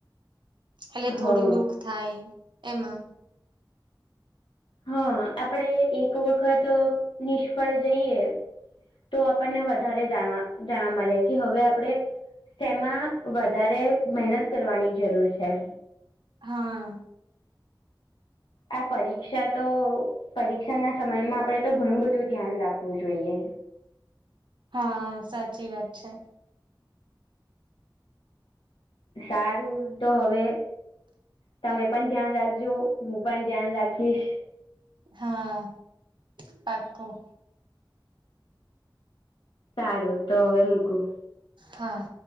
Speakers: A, on the right; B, on the left.
A: એટલે
B: હા
A: થોડું દુઃખ થાય એમાં.
B: હા આપડે એક વખત નિષ્ફળ જઈએ. તો આપણને વધારે જાણવા જાણવા મળે કે હવે આપણે તેમાં વધારે મહેનત કરવાની જરૂર છે.
A: હા.
B: આ પરીક્ષા તો પરીક્ષા ના સમયમાં આપણે તો ઘણું બધું ધ્યાન રાખવું જોઈએ.
A: હા સાચી વાત છે.
B: સારું તો હવે તમે પણ ધ્યાન રાખજો હું પણ ધ્યાન રાખીશ.
A: હા પાક્કું.
B: સારું તો હવે મૂકું.
A: હા.